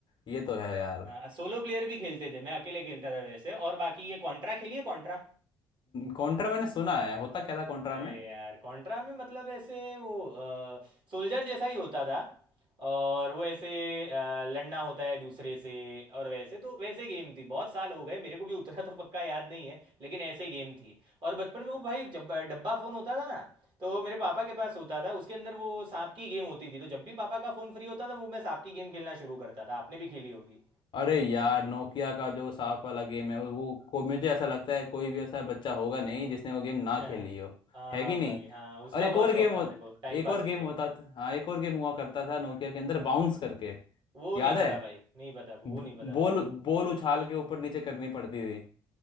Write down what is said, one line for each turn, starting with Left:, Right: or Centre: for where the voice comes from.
Left: ये तो है यार
Right: हाँ, सोलो प्लेयर भी खेलते थे मैं अकेले खेलता था वैसे और बाकी ये कॉन्ट्रा खेलिए कॉन्ट्रा
Left: कॉन्ट्रा मैंने सुना है होता क्या था कॉन्ट्रा
Right: अरे
Left: में
Right: यार कॉन्ट्रा में मतलब ऐसे वो सोल्जर जैसा ही होता था और वो ऐसे अ, लड़ना होता है दूसरे से और वैसे तो वैसे गेम थी बहुत साल हो गए मेरे को भी उतना तो पक्का याद नहीं है लेकिन ऐसे गेम थी और बचपन में वो भाई जब डब्बा फ़ोन होता था ना तो वो मेरे पापा के पास होता था उसके अंदर वो सांप की गेम होती थी तो जब भी पापा का फ़ोन फ्री होता था वो मैं सांप की गेम खेलना शुरू करता था आपने भी खेली होगी
Left: अरे यार नोकिया का जो सांप वाला गेम है वो को मुझे ऐसा लगता है कोई भी ऐसा बच्चा होगा नहीं जिसने वो गेम
Right: <laughs>
Left: ना
Right: हाँ
Left: खेली हो
Right: हाँ
Left: है कि नहीं
Right: भाई हाँ उसका
Left: और एक
Right: बहुत
Left: और
Right: शौक
Left: गेम हो,
Right: था मेरे को टाइम
Left: एक
Right: पास
Left: और गेम
Right: के लिए
Left: होता था हाँ एक और गेम हुआ करता था नोकिया के अंदर बाउंस करके
Right: वो नहीं
Left: याद है
Right: पता भाई नहीं पता वो
Left: ब-
Right: नहीं पता
Left: बॉल बॉल उछाल के ऊपर नीचे करनी पड़ती थी